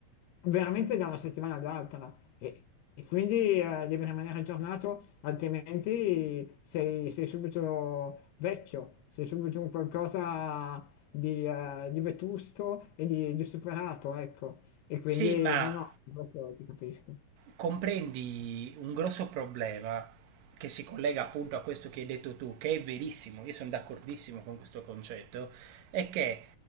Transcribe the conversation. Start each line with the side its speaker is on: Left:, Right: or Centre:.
Left: veramente da una settimana all'altra e, e quindi eh, devi rimanere aggiornato, altrimenti sei, sei subito vecchio, sei subito un qualcosa di, eh, di vetusto e di, di superato, ecco. E quindi
Right: Sì, ma
Left: no, no, questo ti capisco.
Right: comprendi un grosso problema che si collega appunto a questo che hai detto tu, che è verissimo, io sono d'accordissimo con questo concetto, è che